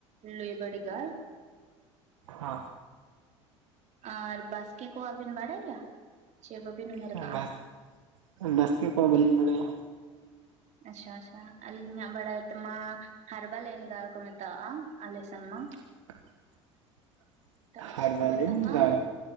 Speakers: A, on the right (about 45°); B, on the right (about 80°).
A: ᱞᱩᱭ ᱵᱟᱹᱲᱤ ᱜᱟᱲ
B: ᱦᱟ
A: ᱟᱨ ᱵᱟᱥᱠᱮ ᱠᱚᱣᱟᱜ ᱵᱤᱱ ᱵᱟᱲᱟᱭᱟ ᱪᱮ ᱵᱟᱹᱵᱤᱱ ᱩᱭᱦᱟᱹᱨ
B: ᱦᱚᱸ
A: ᱠᱟᱜᱼᱟ᱾
B: ᱵᱟᱥ ᱵᱟᱥᱠᱮ ᱠᱚᱣᱟ ᱵᱟᱹᱞᱤᱧ ᱵᱟᱲᱟᱭᱟ᱾
A: ᱟᱪᱪᱷᱟ ᱟᱪᱪᱷᱟ ᱟᱹᱞᱤᱧᱟᱜ ᱵᱟᱲᱟᱭ ᱛᱮᱢᱟ ᱦᱟᱨᱵᱟᱞᱟᱭᱟᱱ ᱜᱟᱲ ᱠᱚ ᱢᱮᱛᱟᱣᱟᱜᱼᱟ ᱟᱞᱮ ᱥᱮᱱ ᱢᱟ
B: <inaudible>
A: ᱛᱚ
B: ᱦᱟᱨᱵᱟᱞᱤᱧ
A: ᱪᱮᱫ ᱠᱚ ᱢᱮᱛᱟᱜᱼᱟ
B: ᱫᱟᱲᱟ